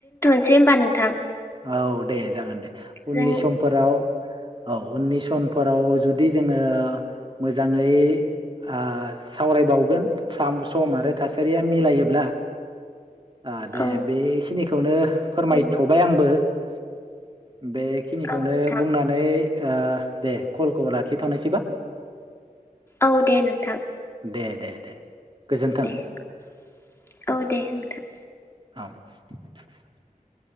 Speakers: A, on the left; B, on the right.
A: सै होनोमबा नोंथां।
B: औ दे जागोन दे। उननि
A: जों
B: समफोराव औ उननि सनफोराव जुदि जोङो मोजाङै ओ सावरायबावगोन साम- सम आरो थासारिया मिलायोब्ला ओ दे
A: औ
B: बेखिनिखौनो फोरमायथ'बाय
A: औ
B: आं <inaudible> बेखिनिखौनो
A: औ नोंथां
B: बुंनानै ओ दे कलखौ लाखिथ'नोसैबा?
A: औ दे नोंथां।
B: दे दे दे। गोजोन्थों
A: दे <inaudible> औ दे नोंथां।
B: औ <inaudible>